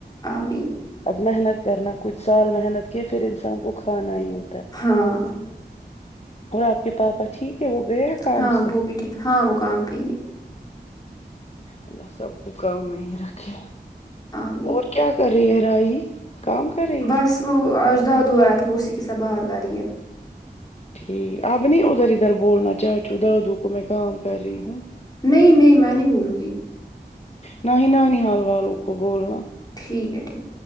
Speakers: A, on the left; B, on the left.
A: آمین
B: اب محنت کرنا کچھ سال محنت کے پھر انسان کو کھانا ہی ہو
A: ہاں
B: اور آپ کے پاپا ٹھیک ہے وہ گئے کام
A: ہاں
B: سے
A: وہ بھی ٹھیک ہاں وہ کام پہ ہی ہے
B: اللہ سب کو کام میں ہی رکھے
A: امین
B: اور کیا کر رہی ہے رائی کام کر رہی
A: بس
B: ہے
A: وہ اجداد ہو آیا تھا وہ اسی کے ساتھ بات کر رہی ہے
B: ٹھیک اب نہیں ادھر ادھر بولنا چاچو دادو کو میں کام کر رہی ہوں
A: نہیں نہیں میں نہیں بولوں گی
B: نہ ہی نہ ن حال والوں کو بولنا
A: ٹھیک ہے ٹھیک